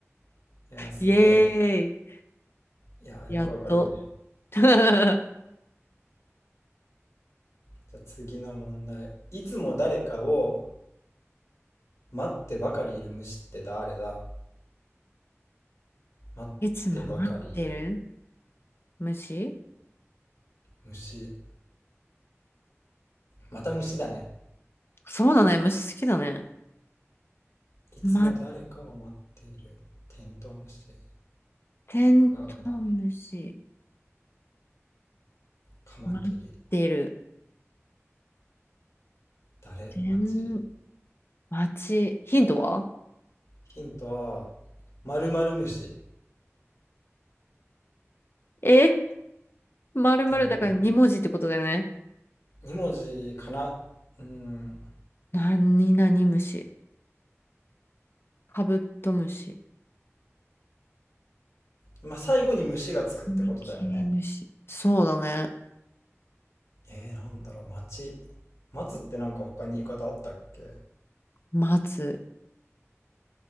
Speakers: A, on the left; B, on the left.
A: <laughs> いやー、すごい。
B: イエー
A: いやー、
B: イ。
A: よくわかるね。
B: やっと。<laughs>
A: じゃあ次の問題。いつも誰かを待ってばかりいる虫って誰だ待ってばかりいる
B: いつも待ってる虫
A: 虫。また虫だね。
B: そうだね、虫好きだね。
A: いつも誰かを待っている。
B: 待
A: テントウムシ。
B: テントウムシ。
A: クワガタ、カマキリ、
B: 待ってる。
A: 誰、
B: てん、
A: 町。
B: 待ち。ヒントは
A: ヒントは、〇〇虫。
B: えまるまるだから2文字ってことだよね。
A: 多分、2文字かな。うん。
B: 何々虫。カブトムシ。
A: まあ、最後に虫がつくってことだよね。
B: カミキリムシ。そうだね。
A: えー、なんだろう、町。マツってなんか他に言い方あったっけ
B: 待つ。